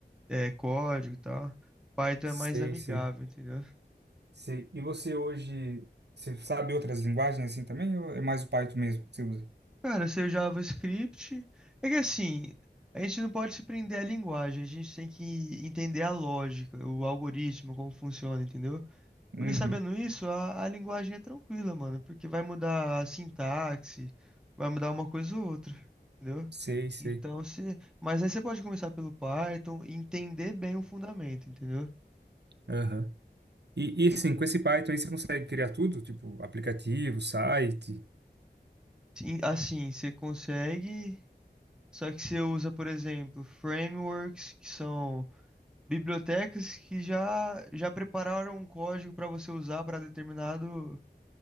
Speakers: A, in the centre; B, on the right.
A: é, código e tal. Python
B: Sei,
A: é mais amigável,
B: sei.
A: entendeu?
B: Sei. E você hoje, você sabe outras linguagens assim também? Ou é mais o Python mesmo que você usa?
A: Cara, seu JavaScript. É que assim, a gente não pode se prender à linguagem, a gente tem que entender a lógica, o algoritmo, como funciona, entendeu?
B: Uhum.
A: Porque sabendo isso, a, a linguagem é tranquila, mano, porque vai mudar a sintaxe, vai mudar uma coisa ou outra, entendeu?
B: Sei, sei.
A: Então, se, mas aí você pode começar pelo Python e entender bem o fundamento, entendeu?
B: Aham. E, e assim, com esse Python aí você consegue criar tudo? Tipo, aplicativo, site?
A: Sim, Assim, você consegue, só que você usa, por exemplo, frameworks, que são bibliotecas que já, já prepararam um código para você usar para determinado,